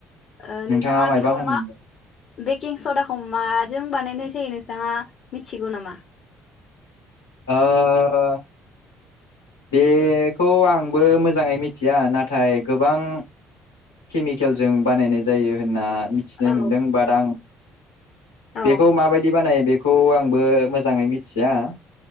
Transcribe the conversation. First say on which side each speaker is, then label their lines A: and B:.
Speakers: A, on the left; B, on the left.
A: ओ
B: नोंथाङा मायबा
A: बेखौ
B: होनदों?
A: मा बेकिं सदाखौ माजों बानायनाय जायो नोंथाङा मिथिगौ नामा?
B: अ' बेखौ आंबो मोजाङै मिथिया नाथाय गोबां केमिकेलजों बानायनाय जायो होनना मिथिनो
A: औ
B: मोनदों बाद आं
A: औ
B: बेखौ माबायदि बानायो बे खौ आंबो मोजाङै मिथिया।